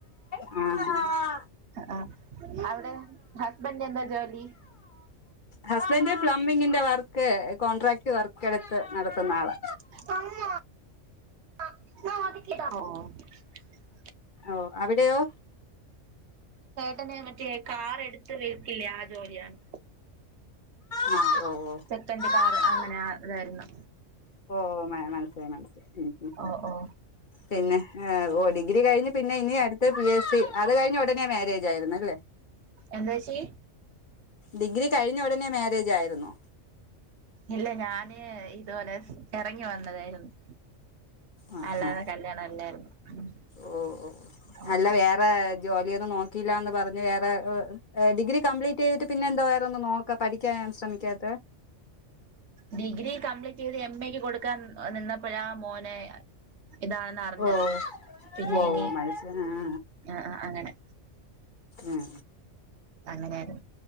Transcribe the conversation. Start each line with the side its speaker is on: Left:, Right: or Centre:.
Left: ആ
Right: ആ അവിടെ ഹസ്ബൻഡെന്താ ജോലി?
Left: ഹസ്ബൻഡ് പ്ലംബിങ്ങിന്റെ വർക്ക്. കോൺട്രാക്ട് വർക്ക് എടുത്ത് നടത്തുന്ന ആളാ
Right: ഓ
Left: ഓ അവിടെയോ
Right: തന്നെ മറ്റേ കാർ എടുത്ത് വിൽക്കില്ലേ ആ ജോലിയാണ്
Left: ആ ഓ
Right: സെക്കൻഡ്
Left: ഓ
Right: കാർ അങ്ങനെ ഇതായിരുന്നു
Left: ഓ മന മനസിലായി മനസിലായി ഉം ഉം
Right: ഓ ഓ
Left: പിന്നെ ഓ ഡിഗ്രി കഴിഞ്ഞ് പിന്നെ ഇനി അടുത്തേ പി എസ് സി അത് കഴിഞ്ഞ ഒടനെ മാരേജ് ആയിരുന്നു അല്ലേ
Right: എന്താച്ചി
Left: ഡിഗ്രി കഴിഞ്ഞ ഒടൻ പിന്നെ മാരേജ് ആയിരുന്നോ
Right: ഇല്ല ഞാന് ഇതുപോലെ എറങ്ങി വന്നതായിരുന്നു
Left: ആ
Right: അല്ലാതെ
Left: ആ
Right: കല്യാണം അല്ലായിരുന്നു ഉം
Left: ഓ ഓ
Right: ഓ
Left: അല്ല
Right: ഓ
Left: വേറെ ജോലിയൊന്നും നോക്കിയില്ലാന്ന് പറഞ്ഞു വേറെ ഡിഗ്രി കപ്ലീറ്റ് ചെയ്തിട്ട് പിന്നെ എന്തുവായിരുന്ന നോക്കി ഒക്കെ പഠിക്കാൻ ശ്രമിക്കാത്തേ
Right: ഡിഗ്രി കപ്ലീറ്റ് ചെയ്ത് എം എ ക്ക് കൊടുക്കാൻ നിന്നപ്പോഴാ മോനെ ഇതാണെന്ന് അറിഞ്ഞത്.
Left: ഓ
Right: പിന്നെ
Left: ഓ
Right: ഇനി
Left: മനസ്സിലായി ആ
Right: ആ ആ അങ്ങനെ
Left: ഉം
Right: അങ്ങനാന്